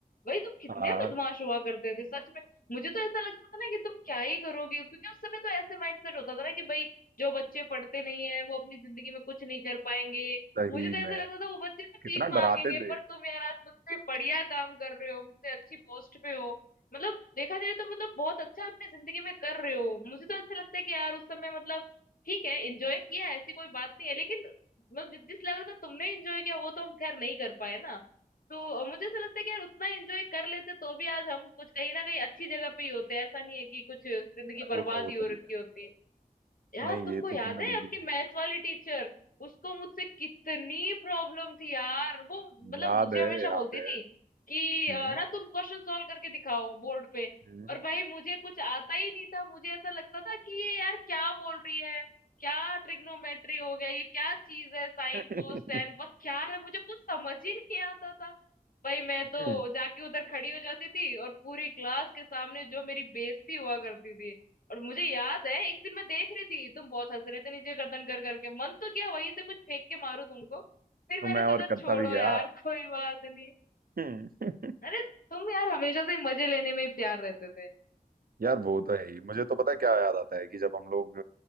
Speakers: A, on the left; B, on the right.
A: भाई तुम कितने
B: हाँ
A: बदमाश हुआ करते थे सच में मुझे तो ऐसा लगता था ना कि तुम क्या ही करोगे क्योंकि उस समय तो ऐसे माइंडसेट होता था ना कि भाई जो बच्चे पढ़ते नहीं है वो अपनी जिंदगी में कुछ नहीं कर पाएंगे
B: सही
A: मुझे तो ऐसा
B: में
A: लगता था वो बच्चे तो ठीक
B: कितना
A: मांगेंगे
B: डराते थे
A: पर
B: यार,
A: तुम यार आज मुझसे बढ़िया काम कर रहे हो मुझसे अच्छी पोस्ट पे हो मतलब देखा जाए तो मतलब बहुत अच्छा अपनी जिंदगी में कर रहे हो मुझे तो ऐसा लगता है कि यार उस समय मतलब ठीक है एंजॉय किया ऐसी कोई बात नहीं है लेकिन मतलब जि- जिस लेवल का तुमने एंजॉय किया वो तो हम खैर नहीं कर पाए ना तो अ, मुझे ऐसा लगता है कि यार उतना एंजॉय कर लेते तो भी आज हम कुछ कहीं ना कहीं अच्छी जगह पे ही होते ऐसा नहीं है कि कुछ जिंदगी
B: वो
A: बर्बाद
B: तो होता
A: ही हो
B: ही
A: रखी
B: है
A: होती यार
B: नहीं
A: तुमको
B: ये तो
A: याद
B: तुमने
A: है
B: बिल्कुल
A: अपनी
B: सही
A: मैथ वाली टीचर उसको मुझसे कितनी प्रॉब्लम थी यार
B: कहा।
A: वो मतलब
B: याद
A: मुझे
B: है
A: हमेशा
B: याद
A: बोलती
B: है
A: थी कि
B: हम्म
A: अ, ना तुम क्वेश्चन सॉल्व करके दिखाओ बोर्ड पे
B: हम्म
A: और भाई मुझे कुछ आता ही नहीं था मुझे ऐसा लगता था कि ये यार क्या बोल रही है क्या ट्रिग्नोमेट्री हो गया ये क्या चीज है साइन
B: <laughs>
A: कोस टेन बस क्या है मुझे कुछ समझ ही नहीं आता था भाई मैं तो
B: हम्म।
A: जाके उधर खड़ी हो जाती थी और पूरी क्लास के सामने जो मेरी बेइज्जती हुआ करती थी और मुझे याद है एक दिन मैं देख रही थी तुम बहुत हंस रहे थे नीचे गर्दन कर करके मन तो किया वहीं से कुछ फेंक के मारूं तुमको फिर
B: तो
A: मैंने
B: मैं और
A: सोचा
B: करता
A: छोड़ो
B: भी गया
A: यार कोई बात नहीं
B: हम्म। <laughs>
A: अरे तुम यार हमेशा से मजे लेने में ही प्यार रहते थे
B: यार वो तो है ही मुझे तो पता है क्या याद आता है कि जब हम लोग